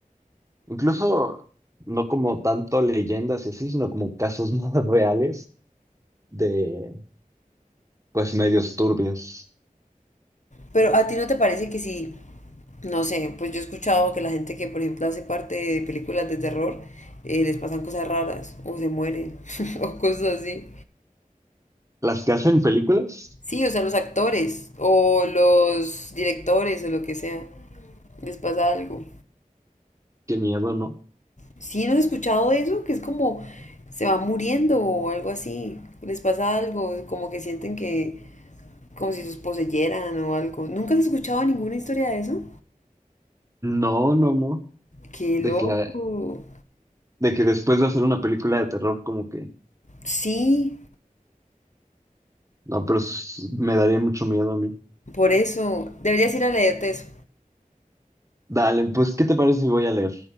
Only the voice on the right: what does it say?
Incluso no como tanto leyendas y así, sino como casos <laughs> más reales de, pues, medios turbios.
Las que hacen películas,
qué miedo, ¿no?
No, no, no.
de
que, de que después de hacer una película de terror, como que,
no, pero s- me daría mucho miedo a mí.
Dale, pues, ¿qué te parece si voy a leer?